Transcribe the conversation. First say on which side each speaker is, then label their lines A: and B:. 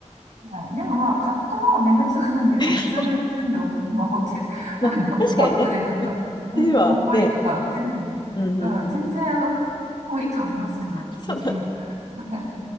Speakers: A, on the right; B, on the left.
A: はい。でもまあ、買った方はめんどくさくないんで、
B: <laughs>
A: まあ、普通に売ってるんで、おままごって、<laughs> あの、
B: まあ、確かにね。
A: パックでなんか、
B: <laughs>
A: 4個入りとか売ってるんで、
B: うちはね、うんうんうん。
A: うん、全然、あの、買ってもいいと思いますけど、
B: <laughs>
A: 個人的には。
B: そう
A: はい。